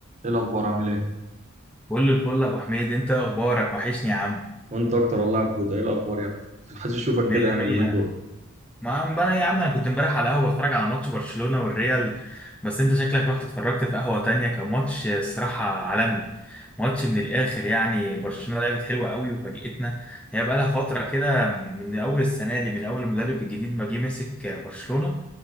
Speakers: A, on the right (about 35°); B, in the centre.
A: ايه الاخبار عامل ايه
B: كل الفل يا ابو حميد انت اخبارك وحشني يا عم
A: وانت اكتر والله يا عبود ايه الاخبار يا ابني محدش يشوفك
B: مية
A: كده يعني
B: مية
A: اليومين دول
B: ما عم انا يا عم انا كنت امبارح على قهوه بتفرج على ماتش برشلونه والريال بس انت شكلك رحت اتفرجت في قهوه تانية كان ماتش الصراحه عالمي ماتش من الاخر يعني برشلونه لعبت حلوه قوي وفاجئتنا هي بقى لها فتره كده من اول السنه دي من اول المدرب الجديد ما جه مسك برشلونه